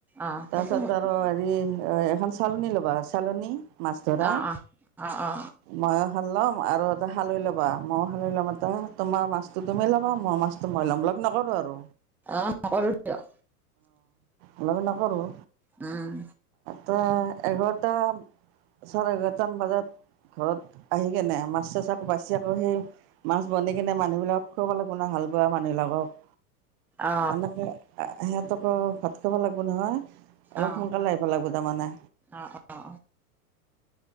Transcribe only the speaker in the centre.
অ
সেইটো হ'ব
অ অ অ অ অ
অ নকৰো দিয়ক
উম।
অ
অ অ অ
অ